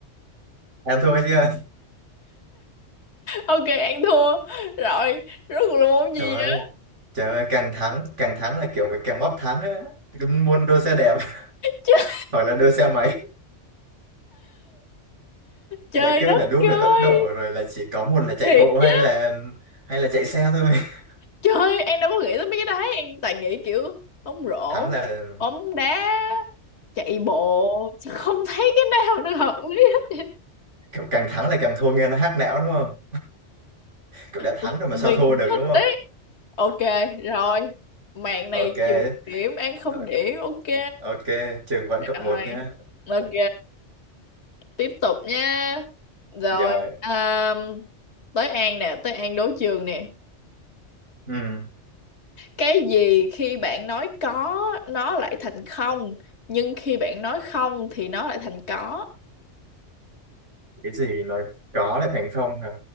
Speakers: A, on the right (about 90°); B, on the left (about 65°).
A: em thua chưa
B: Ok ăn thua Rồi Rốt cuộc là
A: <laughs>
B: môn gì
A: trời
B: vậy
A: ơi trời ơi càng thắng càng thắng là kiểu mình càng bóp thắng á muốn đua xe đẹp <laughs>
B: Ch-
A: hoặc là đua xe máy
B: Trời
A: đã kêu
B: đất
A: là đua về
B: ơi
A: tốc độ rồi là chỉ có một là chạy
B: Thiệt
A: bộ hay
B: chứ
A: là hay là chạy xe thôi <laughs>
B: Trời em đâu có nghĩ tới mấy cái đấy Em toàn nghĩ kiểu Bóng rổ
A: thắng là
B: Bóng đá Chạy bộ Sao không thấy cái nào nó hợp lý hết.
A: kiểu càng thắng là càng thua nghe nó hack não đúng không kiểu đã thắng
B: Bực
A: rồi mà sao
B: mình
A: thua được
B: thích
A: đúng không
B: đấy Ok rồi Mạng này
A: ok
B: trừ điểm Ăn không
A: Ờ,
B: điểm Ok
A: ok trường vẫn cộng
B: Rồi
A: một nhá
B: Ok Tiếp tục nha Rồi
A: <laughs> rồi
B: um, Tới An nè Tới An đấu trường nè
A: ừ.
B: cái gì khi bạn nói có nó lại thành không nhưng khi bạn nói không thì nó lại thành có
A: cái gì nói có lại thành không hả